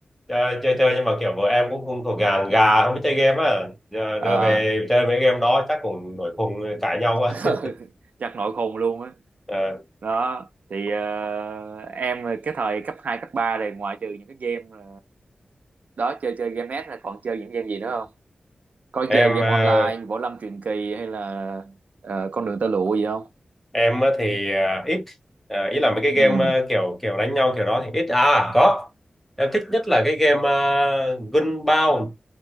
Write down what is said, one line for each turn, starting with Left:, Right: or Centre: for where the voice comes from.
Centre: chơi chơi chơi nhưng mà kiểu vợ em cũng không thuộc gà gà không biết chơi game á. Giờ
Right: Ờ,
Centre: đưa về chơi mấy game đó chắc cũng nổi khùng cãi nhau quá.
Right: <laughs> chắc nội khùng luôn á
Centre: Ờ,
Right: đó thì ờ, em cái thời cấp 2 cấp 3 này ngoại trừ những cái game ờ, đó chơi chơi game net là còn chơi những game gì nữa không có
Centre: em
Right: chơi game
Centre: ờ,
Right: online như Võ Lâm Truyền Kỳ hay là ờ, con đường tơ lụa gì không
Centre: em á thì à, ít à, ý là mấy cái game
Right: ừ
Centre: à, kiểu kiểu đánh nhau kiểu đó thì ít à có em thích nhất là cái game à, Gunbound